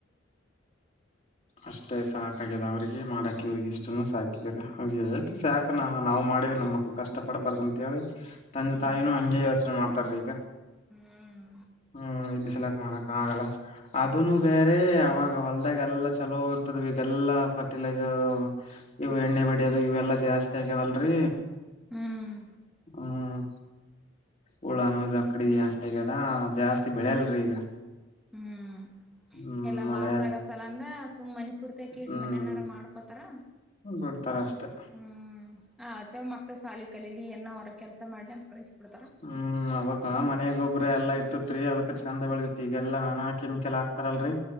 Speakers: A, on the left; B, in the centre.
A: ಅಷ್ಟೇ ಸಾಕಗ್ಯಾದ ಅವ್ರಿಗೆ ಮಾಡಕ್ ಇವ್ರಿಗೆ ಇಷ್ಟನು ಸಾಕಿದಿದ್ದಾರೆ ತಿ ಸಾಕ ನ ನಾವ್ ಮಾಡಿವಿ ನಮ್ಮ ಮಕ್ಳು ಕಷ್ಟ ಪಡ್ಬಾರ್ದ ಅಂತ ಹೇಳಿ ತಂದೆ
B: ಹ್ಮ್
A: ತಾಯಿನೂ ಹಂಗೇ ಯೋಚನೆ ಮಾಡ್ತಾರ ಈಗ
B: ಹ್ಮ್
A: ಹ್ಮ್ ಇ ಬಿಸಿಲಾಗ ಮಾಡಕ್ ಆಗಲ್ಲ ಅದುನು ಬೇರೆ ಅವಾಗ ಹೊಲ್ದಾಗ ಎಲ್ಲ ಚಲೋ ಇರ್ತದು ಈಗಲ್ಲಾ ಫರ್ಟಿಲೈಸರ್ ಇವು ಎಣ್ಣೆ ಬಡಿಯೋದು ಇವೆಲ್ಲಾ ಜಾಸ್ತಿ ಆಗ್ಯವಲ್ರರಿ
B: ಹ್ಮ್
A: ಹ್ಮ ಹುಳನೋ ಜಕಡಿ ಜಾಸ್ತಿ ಆಗ್ಯದ ಜಾಸ್ತಿ ಬೆಳೆಯಲ್ರಿ ಈಗ
B: ಹ್ಮ್
A: ಹ್ಮ್
B: ಎಲ್ಲಾ
A: ಮಳೆ
B: ಲಾಸ್ ಆಗೋ ಸಂಬಂಧ ಸುಮ್ಮನೆ ಪೂರ್ತಿ ಕೀಡ್
A: ಹ್ಮ್
B: ಮನೆನಾರ ಮಾಡ್ಕೋತಾರ
A: ಬಿಡ್ತಾರ ಅಷ್ಟೆ
B: ಹ್ಮ್ ಅದ ಮ ಶಾಲಿ ಕಲಿಲಿ ಎನೋ ಹೊರ ಕೆಲ್ಸ ಮಾಡ್ಲಿ ಅಂತ ಕಳಿಸಿ ಬಿಡ್ತಾರ
A: ಹ್ಮ್ ಅವಾಗ ಮನೆಗೊಬ್ರು ಎಲ್ಲ ಇ ಇತ್ರಿ ಅದಕ್ಕ ಚಂದ ಬೆಳದತಿ ಈಗಲ್ಲಾ ನಾನಾ ಕೆಮಿಕಲ್ ಹಾಕ್ತಾರಲ್ರರಿ